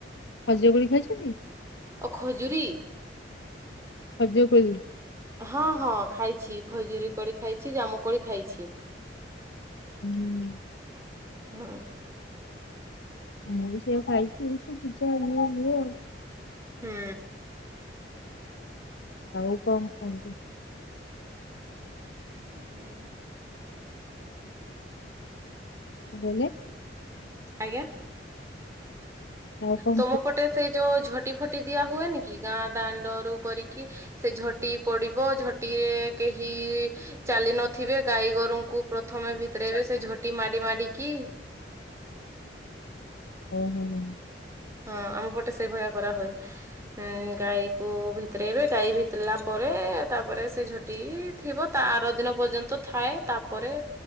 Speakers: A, on the left (about 80°); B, on the right (about 15°).
A: ଖକିର କୋଳି ଖାଇଛନ୍ତି?
B: ଓ ଖଜୁରୀ
A: ଖଜିର କୋଳି
B: ହଁ ହଁ ଖାଇଛି ଖଜୁରୀ କରି ଖାଇଛି ଜାମ କରି ଖାଇଛି।
A: ହୁଁ।
B: ହଁ।
A: ମୁଁ ସେ ଖାଇଛିିଏ ସବୁ ପୂଜା ଏଇଆ ହୁଏ ଆଉ।
B: ହୁଁ।
A: ଆଉ କଣ କୁହନ୍ତିୁ?
B: ହ ହଁ।
A: ଆଜ୍ଞା।
B: ଆଜ୍ଞା।
A: ଆଉ କଣ
B: ତମ ପଟେ ସେଇ ଯୋଉ ଝ ଟି ଫୋଟି ଦିଆ ହୁଏନି କି ଗାଁ ଦାଣ୍ଡରୁ କରିକି ସେ ଝୋଟି ପଡିବ ଝୋଟି କେହି ଚାଲି ନଥିବେ ଗାଈଗୋରୁଙ୍କୁ ପ୍ର ପ୍ରଥମେ ଭିତରେଇବେ
A: କୁହ
B: ସେ ଝୋଟି ମାଡି ମାଡିକି।
A: ଓ ହୋ ହୁଁ।
B: ହଁ ଆମ ପଟେ ସେଇ ଭଳିଆ କରାହୁଏ ଉଁ ଗାଈ କୁଁ ଭିତରେଇବେ ଗାଈ ଭିତରେଲା ପରେ। ତାପରେ ସେ ଝୋଟି ଥିବ ତା ଆର ଦିନ ପର୍ଯ୍ୟନ୍ତ ଥାଏ ତାପରେ